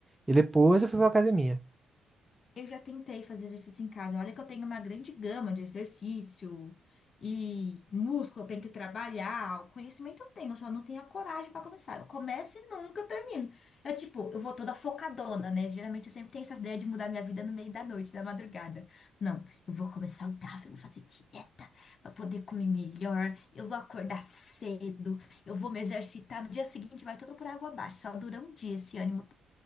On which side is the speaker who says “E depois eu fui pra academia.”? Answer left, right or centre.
Right